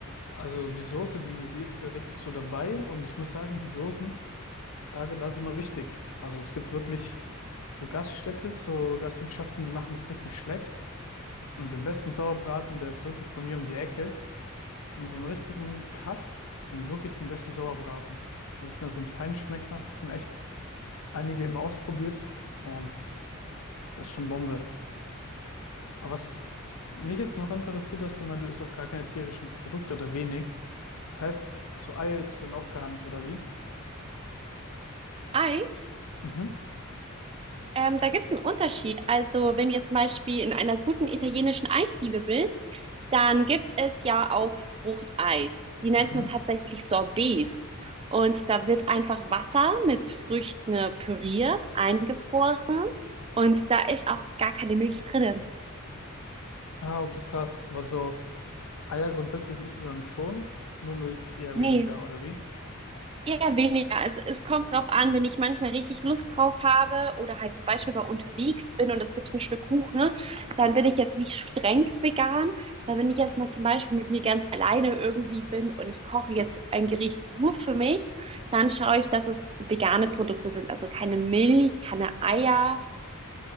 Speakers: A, on the left; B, on the right.
A: Also die Soße, die, die ist direkt so dabei und ich muss sagen, die Soßen, da, das ist immer wichtig. Also es gibt wirklich so Gaststätte, so Gastwirtschaften, die machen das richtig schlecht. Und den besten Sauerbraten, der ist wirklich bei mir um die Ecke. In so einem richtigen Kaff, die haben wirklich den besten Sauerbraten. Also ich bin da so ein Feinschmecker, habe schon echt einige immer ausprobiert und das ist schon Bombe. Aber was mich jetzt noch interessiert, dass du meinst, du isst auch gar keine tierischen Produkte oder wenig. Das heißt, so Eier isst du dann auch gar nicht, oder wie?
B: Eis?
A: Mhm.
B: Ähm, da gibt es einen Unterschied. Also, wenn du jetzt zum Beispiel in einer guten italienischen Eisdiele bist, dann gibt es ja auch Fruchteis. Die nennt
A: Mhm.
B: man tatsächlich Sorbets. Und da wird einfach Wasser mit Früchten äh, püriert, eingefroren. Und da ist auch gar keine Milch drinnen.
A: Ah, okay, krass. Aber so Eier grundsätzlich isst du dann schon, nur Milch eher
B: Nee.
A: weniger, oder wie?
B: Eher weniger. Also es kommt drauf an, wenn ich manchmal richtig Lust drauf habe oder halt zum Beispiel mal unterwegs bin und es gibt ein Stück Kuchen, ne, dann bin ich jetzt nicht streng vegan. Aber wenn ich jetzt mal zum Beispiel mit mir ganz alleine irgendwie bin und ich koche jetzt ein Gericht nur für mich, dann schaue ich, dass es vegane Produkte sind. Also keine Milch, keine Eier.